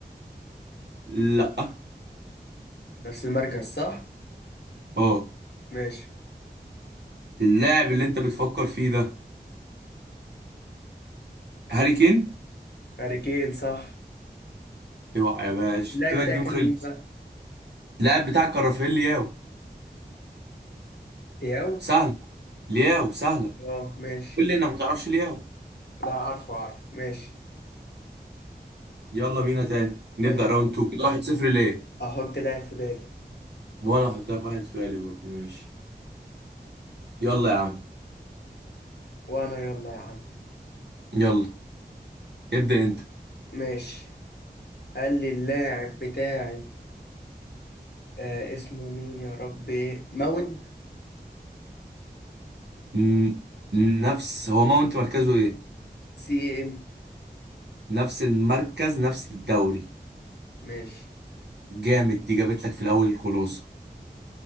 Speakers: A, on the right; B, on the left.
A: لا
B: نفس المركز صح
A: اه
B: ماشي
A: اللاعب اللي انت بتفكر فيه ده هاري كين
B: هاري كين صح
A: اوعى يا باشا
B: اللاعب
A: كده
B: بتاعك
A: الجيم
B: كان
A: خلص
B: مين بقى
A: اللاعب بتاعك كان رافائيل لياو
B: تياو
A: سهلة لياو سهلة
B: اه ماشي
A: قول لي انك ما تعرفش لياو
B: لا عارفه عارفه ماشي
A: يلا بينا تاني نبدأ
B: ثانية
A: راوند
B: واحدة.
A: 2 كده 1-0 ليه
B: احط لاعب في بالي
A: وانا هحط لك واحد في بالي برضه ماشي يلا يا عم
B: وانا يلا يا عم
A: يلا ابدأ انت
B: ماشي هل اللاعب بتاعي آه اسمه مين يا ربي ماونت
A: ن- نفس هو ماونت مركزه ايه
B: سي ام
A: نفس المركز نفس الدوري
B: ماشي
A: جامد دي جابت لك في الاول الخلاصه